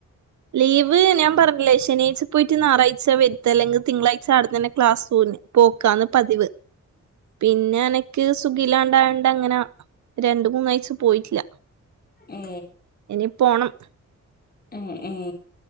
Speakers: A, on the right; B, on the left.
A: ലീവ് ഞാൻ പറഞ്ഞില്ലേ ശനിയാഴ്ച പോയിട്ട് ഞായറാഴ്ച വരുത്തല്ലെങ് തിങ്കളാഴ്ച അവ്ട്ന്നനെ ക്ലാസൂന് പോക്കാന്ന് പതിവ്
B: ഉം
A: പിന്ന അനക്ക് സുഖില്ലാണ്ടായോണ്ടങ്ങനെ രണ്ട് മൂന്നാഴച്ച പോയിട്ടില്ല
B: ഏ
A: ഇനി പ്പോണം
B: ഏ ഏഹ്